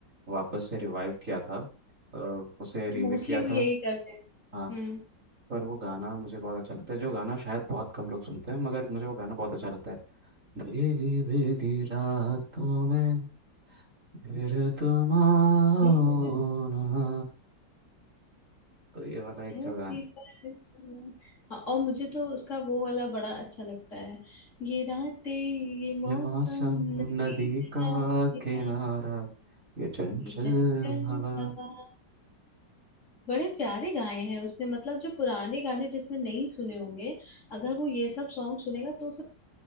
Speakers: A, on the right; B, on the left.
A: वापस से रिवाइव किया था अ, उसे रीमेक
B: मोस्टली
A: किया
B: वो यही
A: था
B: करते हैं
A: हाँ
B: हम्म
A: पर वो गाना मुझे बहुत अच्छा लगता है जो गाना शायद बहुत कम लोग सुनते हैं मगर मुझे वो गाना बहुत अच्छा लगता है भीगी भीगी रातों में फिर तुम आओ
B: ठीक है,
A: ना तो ये वाला एक
B: ऐसी
A: जो गाना
B: बातें सुना। हाँ, और मुझे तो उसका वो वाला बड़ा अच्छा लगता है ये रातें ये मौसम
A: है। ये मौसम
B: नदी
A: नदी का
B: का ये
A: किनारा
B: रात,
A: ये चंचल
B: ये जंगल
A: हवा
B: हवा बड़े प्यारे गाए हैं उसने मतलब जो पुराने गाने जिसने नहीं सुने होंगे अगर वो ये सब सॉन्ग सुनेगा तो उसे